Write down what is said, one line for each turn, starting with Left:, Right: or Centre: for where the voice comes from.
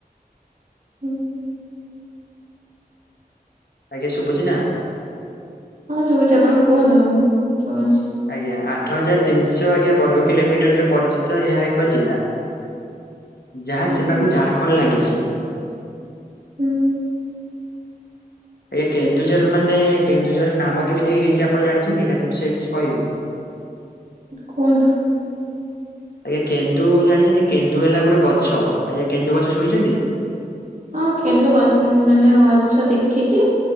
Right: ହୁଁ।
Left: ଆଜ୍ଞା ଶୁବୁଚି ନା।
Right: ହଁ ଶୁବୁଚି ଆପଣ କୁହନ୍ତୁ ମୁଁ ଶୁଣୁଛି।
Left: ଆଜ୍ଞା ଆଠ ହଜାର ତିନିଶହ ଆଜ୍ଞା ବର୍ଗ କିଲୋମିଟରରେ ପରିଚିତ ଏହା ଏକ ଜିଲ୍ଲା। ଯାହା
Right: ହୁଁ
Left: ସିମାକୁ
Right: ହୁଁ
Left: ଝାଡ଼ଖଣ୍ଡ ଲାଗିଛି।
Right: ହୁଁ।
Left: ଆଜ୍ଞା କେନ୍ଦୁଝର ମାନେ କେନ୍ଦୁଝର ନାମ କେମିତି ହେଇଛି ଆପଣ ଜାଣିଛନ୍ତି ନା ସେ ବିଷୟରେ କିଛି କହିବି।
Right: କୁହନ୍ତୁ?
Left: ଆଜ୍ଞା କେନ୍ଦୁ ଜାଣିଛନ୍ତି କେନ୍ଦୁ ହେଲା ଗୋଟେ ଗଛ ଆଜ୍ଞା କେନ୍ଦୁ ଗଛ ଶୁଣିଚନ୍ତି।
Right: ହଁ ଖେନ୍ଦୁ ଗ ମାନେ ଗଛ ଦେଖିଛି